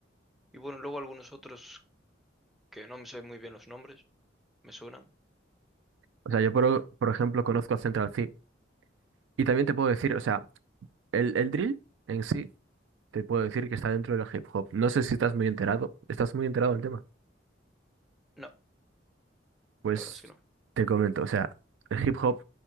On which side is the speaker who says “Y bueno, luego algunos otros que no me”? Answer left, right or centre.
Centre